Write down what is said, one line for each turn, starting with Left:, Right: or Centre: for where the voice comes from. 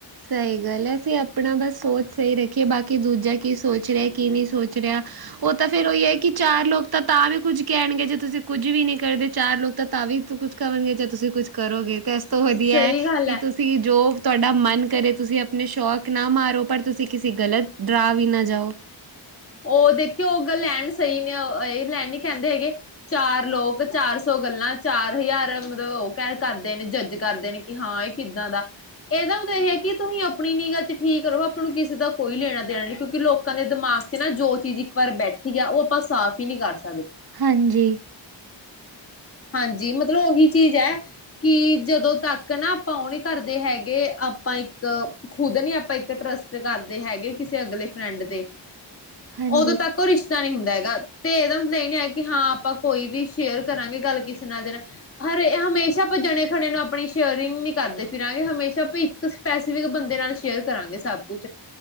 Right: ਸਹੀ ਗੱਲ ਹੈ ਅਸੀਂ ਆਪਣਾ ਬਸ ਸੋਚ ਸਹੀ ਰੱਖੀਏ ਬਾਕੀ ਦੂਜਾ ਕੀ ਸੋਚ ਰਿਹਾ ਕੀ ਨਹੀਂ ਸੋਚ ਰਿਹਾ ਉਹ ਤਾਂ ਫੇਰ ਉਹੀ ਹੈ ਕਿ ਚਾਰ ਲੋਕ ਤਾਂ ਤਾਂ ਵੀ ਕੁੱਝ ਕਹਿਣਗੇ ਜੇ ਤੁਸੀਂ ਕੁੱਝ ਵੀ ਨਹੀਂ ਕਰਦੇ ਚਾਰ ਲੋਕ ਤਾਂ ਤਾਂ ਵੀ ਕੁਛ ਕਣਗੇ ਜਾਂ ਤੁਸੀਂ ਕੁੱਛ ਕਰੋਗੇ। ਇਸ ਤੋਂ ਹੋਦੀ
Left: ਸਹੀ
Right: ਹੈ
Left: ਗੱਲ
Right: ਕਿ
Left: ਹੈ
Right: ਤੁਸੀਂ ਜੋ ਤੁਹਾਡਾ ਮਨ ਕਰੇ ਤੁਸੀਂ ਆਪਣੇ ਸ਼ੌਕ ਨਾ ਮਾਰੋ ਪਰ ਤੁਸੀਂ ਕਿਸੇ ਗਲਤ ਡਰਾ ਵੀ ਨਾ ਜਾਓ।
Left: ਉਹ ਦੇਖਿਓ ਉਹ ਗੱਲ ਲੈਣ ਸਹੀ ਨੇ ਇਹ ਲੈਣ ਨੀ ਕਹਿੰਦੇ ਹੈਗੇ ਚਾਰ ਲੋਕ ਚਾਰ ਸੌ ਗੱਲਾਂ ਚਾਰ ਹਜ਼ਾਰ ਮਤਲਬ ਉਹ ਕਹਿ ਕਰਦੇ ਨੇ ਜੱਜ ਕਰਦੇ ਨੇ ਕਿ ਹਾਂ ਇਹ ਕਿੱਦਾਂ ਦਾ ਇਹਦਾ ਮਤਲਬ ਇਹ ਹੈ ਕਿ ਤੁਸੀਂ ਆਪਣੀ ਨੀ ਗੱਲ ਚ ਠੀਕ ਕਰੋ ਆਪਾਂ ਨੂੰ ਕਿਸੇ ਦਾ ਕੋਈ ਲੈਣਾ ਦੇਣਾ ਨ ਕਿਉਂਕਿ ਲੋਕਾਂ ਦੇ ਦਿਮਾਗ ਨਾ ਜੋ ਚੀਜ਼ ਇੱਕ ਵਾਰ ਬੈਠੀ ਆ ਉਹ ਆਪਾਂ ਸਾਫ਼ ਹੀ ਨਹੀਂ ਕਰ ਸਕ
Right: ਹਾਂਜੀ।
Left: ਹਾਂਜੀ ਮਤਲਬ ਉਹੀ ਚੀਜ਼ ਹੈ ਕਿ ਜਦੋਂ ਤੱਕ ਨਾ ਆਪਾਂ ਉਹ ਨੀ ਕਰਦੇ ਹੈਗੇ ਆਪਾਂ ਇੱਕ ਖੁਦ ਨੀ ਆਪਾਂ ਇੱਕ ਟਰਸਟ ਕਰਦੇ ਹੈਗੇ ਕਿਸੇ ਅਗਲੇ ਫਰੈਂਡ ਤੇ।
Right: ਹਾਂਜੀ
Left: ਉਦੋਂ ਤੱਕ ਉਹ ਰਿਸ਼ਤਾ ਨਹੀਂ ਹੁੰਦਾ ਤੇ ਇਹਦਾ ਮਤਲਬ ਇਹ ਨੀ ਆਇਆ ਕਿ ਹਾਂ ਆਪਾਂ ਕੋਈ ਵੀ ਸ਼ੇਅਰ ਕਰਾਂਗੇ ਗੱਲ ਕਿਸ ਨਾਲ ਜਿਹੜਾ ਹਰੇ ਹਮੇਸ਼ਾ ਆਪਾਂ ਜਣੇ ਖਣੇ ਨੂੰ ਆਪਣੀ ਸ਼ੇਅਰਿੰਗ ਨੀ ਕਰਦੇ ਫਿਰਾਂਗੇ ਹਮੇਸ਼ਾ ਆਪਾਂ ਇੱਕ ਵੀ ਬੰਦੇ ਨਾਲ ਸ਼ੇਅਰ ਕਰਾਂਗੇ ਸਭ ਕੁਛ,